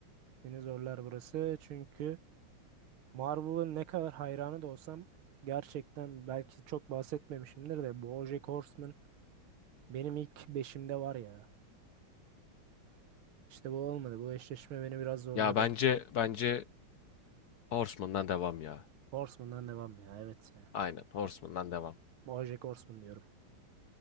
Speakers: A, on the right; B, on the left.
A: Beni zorlar burası. Çünkü Marvel'ın ne kadar hayranı da olsam gerçekten belki çok bahsetmemişimdir de BoJack Horseman benim ilk beşimde var ya. İşte bu olmadı. Bu eşleşme beni biraz zorladı.
B: Ya bence bence Horseman'dan devam ya.
A: Horseman'dan devam ya. Evet ya.
B: Aynen Horseman'dan devam.
A: BoJack Horseman diyorum.